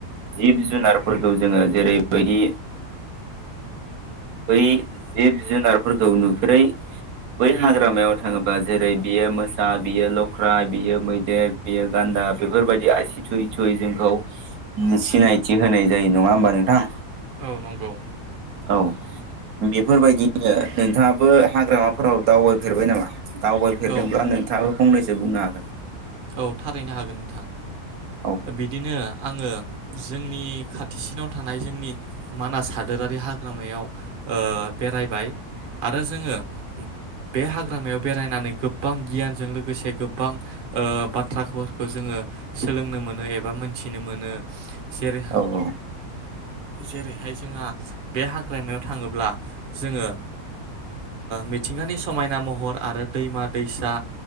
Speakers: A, on the right; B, on the right.
A: जिब जुनारफोरखौ जोङो जेरैबायदि बै जिब जुनारफोरखौ नुफेरै बै हाग्रामायाव थाङोबा जेरै बेयो मोसा बियो लख्रा बियो मैदेर बियो गान्दा बेफोरबायदि आसि थुयै थुयै जोंखौ सिनायथि होनाय जायो नङा होमबा नोंथां?
B: औ नंगौ
A: औ बेफोरबायदिनो नोंथाङाबो हाग्रामाफोराव दावबायफेरबाय नामा? दावबायफेरदोंब्ला
B: औ
A: नोंथाङो फंनैसो बुंनो हागोन।
B: औ थारैनो हागोन नोंथां।
A: औ
B: बिदिनो आङो जों नि खाथिसिनाव थानाय जोंनि मानास हादोरारि हाग्रामायाव ओ बेरायबाय। आरो जोङो बे हाग्रामायाव बेरायनानै गोबां गियानजों लोगोसे गोबां ओ बाथ्राफोरखौ जोङो सोलोंनो मोनो एबा मिनथिनो मोनो। जेरैहा
A: औ औ
B: जेरैहाय जोंहा बे हाग्रामायाव थाङोब्ला जोङो मिथिंगानि ओ समायना महर आरो दैमा दैसा